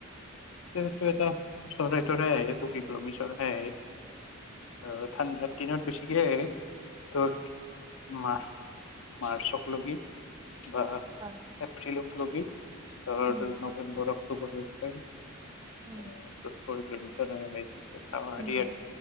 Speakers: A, on the left (about 70°); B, on the right (about 15°).
A: সেটো এটা, চৰাই তৰাই আহে পৰিভ্ৰমী চৰাই আহে। অহ ঠাণ্ডাত দিনত বেছিকে আহে, তোৰ মা-মাৰচকলগি। বা
B: অ',
A: এপ্ৰিলগ কি? আৰু
B: উম,
A: নবেম্বৰত দুপৰীয়া একটাইম
B: উম,
A: আহ <unintelligible> আহে আৰু
B: উম,
A: আজিয়ে,